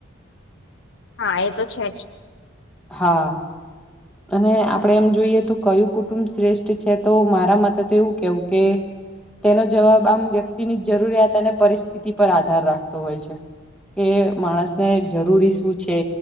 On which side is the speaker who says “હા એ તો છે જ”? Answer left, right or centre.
Left